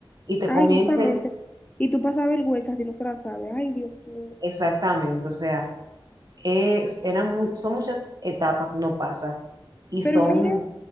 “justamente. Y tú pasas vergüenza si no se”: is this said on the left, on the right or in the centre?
Left